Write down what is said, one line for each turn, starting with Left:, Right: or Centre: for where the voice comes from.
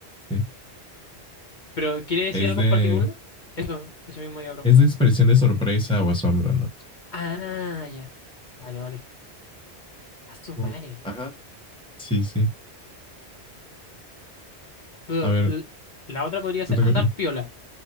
Centre: sí.
Left: Pero ¿quiere decir
Centre: Es
Left: algo
Centre: de,
Left: en particular? Eso, eso mismo iba a preguntar.
Centre: es de expresión de sorpresa o asombro, ¿no?
Left: Ah, ya. Vale, vale. A su madre.
Centre: Como, ajá, sí, sí.
Left: Pero
Centre: A ver,
Left: l- La otra podría
Centre: te
Left: ser
Centre: toca
Left: andar
Centre: a ti.
Left: piola.